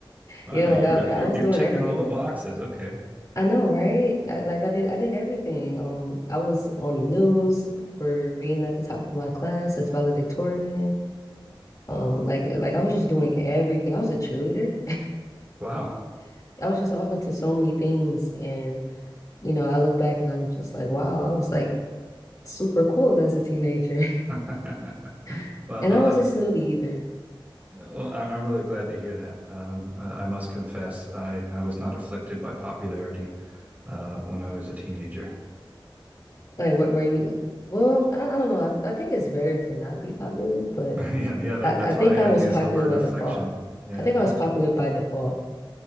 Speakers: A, on the right (about 20°); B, on the left (about 45°).
A: Wow.
B: Yeah, like
A: You're
B: I, like,
A: uh, you're
B: I was
A: you're
B: doing
A: ticking
B: everything.
A: all the boxes. Okay.
B: I know, right? I, like I did, I did everything. Um, I was on the news for being at the top of my class as valedictorian. Um, like, like I was just doing everything. I was a cheerleader.
A: Wow.
B: <laughs> I was just off into so many things, and you know, I look back and I'm just like, wow, I was like super cool as a teenager,
A: <laughs>
B: <laughs>
A: Well,
B: and
A: uh,
B: I wasn't snooty either.
A: Well, I- I'm really glad to hear that. Um, uh, I must confess, I, I was not afflicted by popularity uh, when I was a teenager.
B: Like where, where you well, I, I don't know. I, I think it's better to not be popular, but
A: <laughs> Yeah, yeah, that,
B: I,
A: that's
B: I think
A: why I
B: I
A: used
B: was popular
A: the word
B: by
A: affliction.
B: default.
A: Yeah.
B: I think I was popular by default,